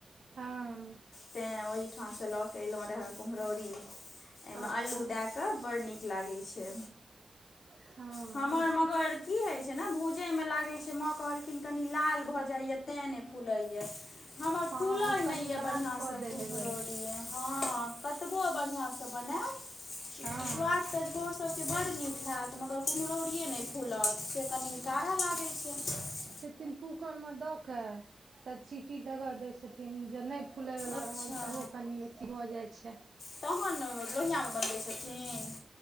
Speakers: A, on the right; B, on the left.
A: हँ
B: तैं ओहिठाँस लऽ कऽ एयलहुँ रहँ कुम्हरौरी, एहिमे
A: अच्छा
B: अल्लू दए कऽ बड़ नीक लागै छै।
A: हँ
B: हमर
A: ओ
B: मगर
A: तऽ
B: की होइ छै ने, भूजै मे लागै छै, माॅं कहलखिन कनी लाल भऽ जाइये तें नहि फूलय य। हमर
A: हँ
B: फूलय
A: ओ कनि
B: नहि ये
A: लाल
B: बढ़िआँसँ
A: कऽ दै
B: कुम्हरौरी
A: हेबै
B: य हँ कतबो बढ़िआँ सँ बनायब,
A: हँ
B: स्वाद त झोर सबके बड़ नीक होयत मगर कुम्हरौरिए नहि फूलत, से कनि कड़ा लागैत छै।
A: तिन कूकर में द के, सब सीटी लगा देय छथिन जे नहि फूलै बला
B: अच्छा
A: रहल त ओ कनि अथी भऽ जाइ छै।
B: तहन न लोहिया मे बनबै छथिन।